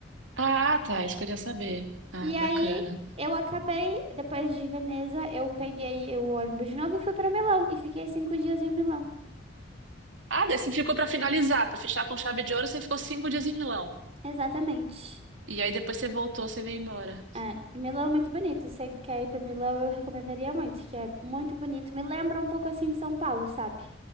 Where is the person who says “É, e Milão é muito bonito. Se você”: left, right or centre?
Right